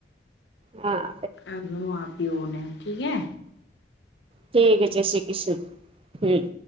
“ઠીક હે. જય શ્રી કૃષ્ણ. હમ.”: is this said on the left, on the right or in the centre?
Right